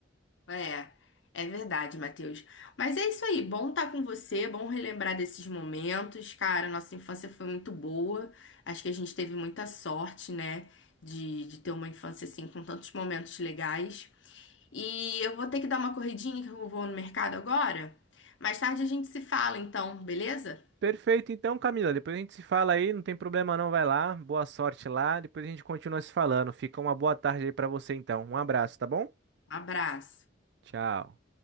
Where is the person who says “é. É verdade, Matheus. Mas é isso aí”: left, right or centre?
Left